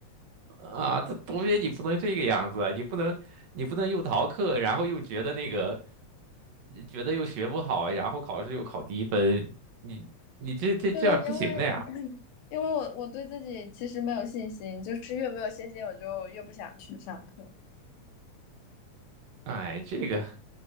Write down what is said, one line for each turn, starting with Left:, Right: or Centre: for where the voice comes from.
Right: 啊，这同学你不能这个样子啊你不能你不能又逃课，然后又觉得那个觉得又学不好，然后考试又考低分，你你这这这样不行的呀。
Left: 对，因为因为我我对自己其实没有信心，就是越没有信心，我就越不想去上课。
Right: 哎，这个